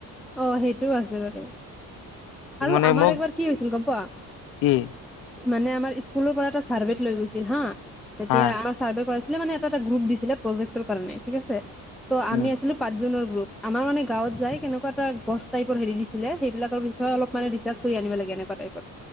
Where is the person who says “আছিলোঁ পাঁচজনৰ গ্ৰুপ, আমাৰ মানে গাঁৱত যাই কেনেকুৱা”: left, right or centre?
Centre